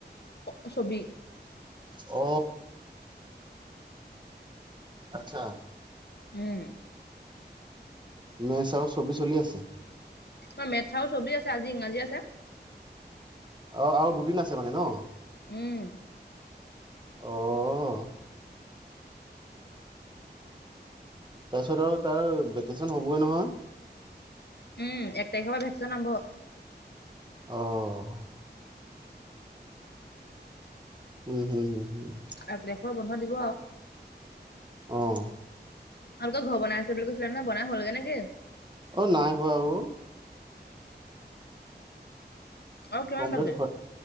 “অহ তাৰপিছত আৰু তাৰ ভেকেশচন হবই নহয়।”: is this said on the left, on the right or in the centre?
Right